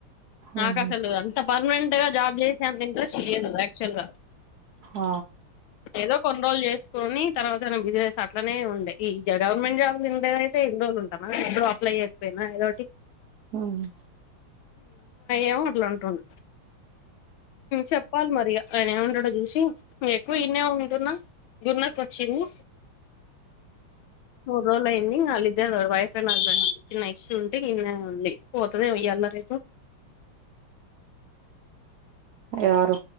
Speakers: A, on the left; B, on the right.
A: నాకు
B: ఉహు
A: అసలు అంత పర్మనెంట్ గా జాబ్ చేసేంత ఇంట్రెస్ట్ లేదు యాక్చువల్ గా
B: ఆ
A: ఏదో కొన్ని రోజులు చేసుకొని తర్వాతనా బిజినెస్ అట్లనే ఉండే ఈ గవర్నమెంట్ జాబ్ ఉండేయితే ఇన్ని రోజు ఉంటానా ఎప్పుడో అప్లై అయకపోయినా ఏదోటి
B: ఉహు
A: ఏమో అట్లా ఉంటుండ చెప్పాలి మరి ఆయన ఏంటు చూసి ఎక్కువ ఇన్నే ఉందిన్నా గున్నకు వచ్చింది మూడు రోజులు అయింది వాళ్ళిద్దే వైఫ్ అండ్ హస్బెండ్ చిన్న ఇష్యూ ఉంటే ఇన్నె ఉంది పోతుంది ఇ్యాల రేపు
B: ఎవరు